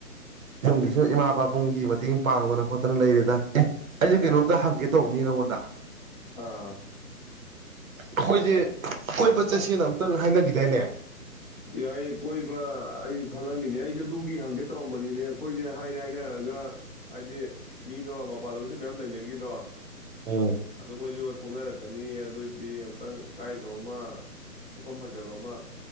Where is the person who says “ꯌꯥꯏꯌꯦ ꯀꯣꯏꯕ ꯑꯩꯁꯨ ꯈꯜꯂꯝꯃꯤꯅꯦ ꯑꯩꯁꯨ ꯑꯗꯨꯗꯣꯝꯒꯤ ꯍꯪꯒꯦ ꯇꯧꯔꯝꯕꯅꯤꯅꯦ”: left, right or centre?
Left